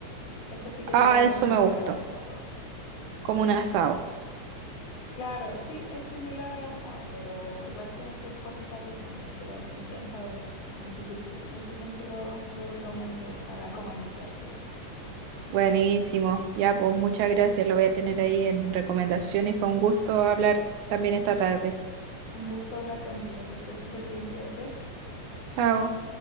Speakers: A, on the left; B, on the right.
A: Esa sí que
B: ah,
A: te la recomiendo
B: eso me gustó.
A: que la vayas a probar.
B: Como un asado.
A: Claro, sí, es similar al asado, pero igual tiene sus cositas distintas que lo hacen bien sabroso. Así que sí, ese siempre lo, lo recomiendo para como iniciarse.
B: Buenísimo. Ya, pues muchas gracias. Lo voy a tener ahí en recomendación y fue un gusto hablar también esta tarde.
A: Un gusto hablar contigo, que estés súper bien, cuídate.
B: Chao.